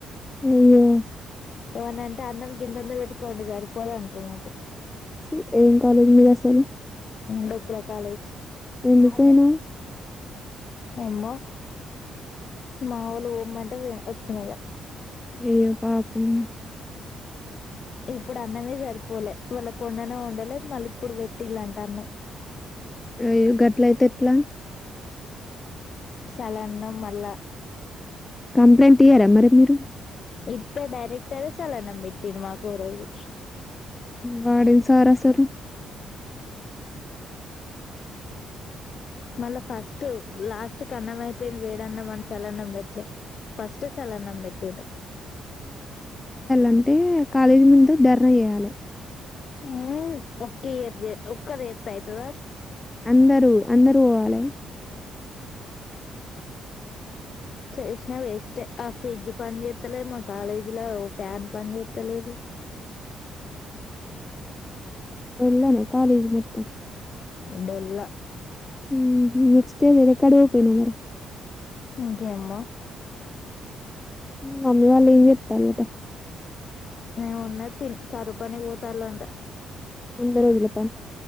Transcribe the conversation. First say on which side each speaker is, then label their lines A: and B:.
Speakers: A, on the left; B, on the left.
A: అయ్యో
B: ఏమన్నంటే అన్నం గిందంద పెట్టుకోండి సరిపోదు అంటున్నారు
A: ఛి ఏం కాలజ్ మీదస్సలు
B: డొక్కు లో కాలేజ్
A: ఎందుకు పోయినావ్
B: అమ్మో మా వోలు పొమ్మంటే పోయిన వచ్చిన ఇగ
A: అయ్యో పాపం
B: ఇప్పుడు అన్నమే సరిపోలే వాళ్ళ కొండనే వండలే మళ్ళీ ఇప్పుడు పెట్టిళంట అన్నం
A: అయో గట్లైయితే ఎట్లా
B: చాలా అన్నం మళ్ళా
A: కంప్లైంట్ ఇయ్యారా మరి మీరు
B: ఇత్తె డైరెక్టరే సల్లన్నం పెట్టిండు మాకో రోజు
A: వార్డెన్ సార్ అసలు
B: మళ్ళా ఫస్ట్ లాస్ట్ కన్నం అయిపోయింది వేడన్నం మన చలన్నం పెట్లే ఫస్టె సల్లన్నంబెట్టిండు
A: అంటే కాలేజీ ముందే ధర్నా చేయాలే
B: హుమ్ ఒక్కియార్ జె ఒక్కారు చేతైతదా
A: అందరూ అందరు పోవాలే
B: చేసినా వేస్టే ఆ ఫ్రిడ్జ్ పని చేస్తలేదు మా కాలేజ్ ల ఒ ఫ్యాన్ పని చేత్తలేదు
A: ఎల్లనే కాలేజ్ మొత్తం
B: డోల్ల
A: మ్ హు నెక్స్ట్ ఇయర్ వేరే కడ చేయపోయినవ్ మరే
B: ఇంకేమ్మో
A: మమ్మీ వాళ్ళ ఏం చెత్తళ్ళట
B: ఎం ఉన్నది తిన్ కరువు పనికి పోతళ్లంట
A: వంద రోజుల పన్